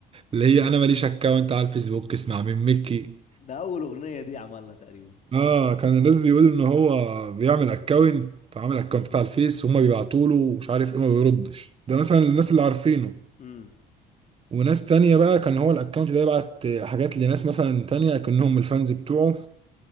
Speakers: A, on the right; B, on the left.
A: اللي هي أنا ماليش أكاونت على الفيسبوك اسمع من مكي
B: ده اول اغنيه دي عملها تقريبا
A: اه كان الناس بيقولوا ان هو بيعمل اكونت عامل اكونت على الفيس وهم بيبعتوا له ومش عارف ايه ما بيردش ده مثلا الناس اللي عارفينه
B: امم
A: وناس تانية بقى كان هو الاكونت ده يبعت حاجات لناس مثلا تانية كأنهم الفانز بتوعه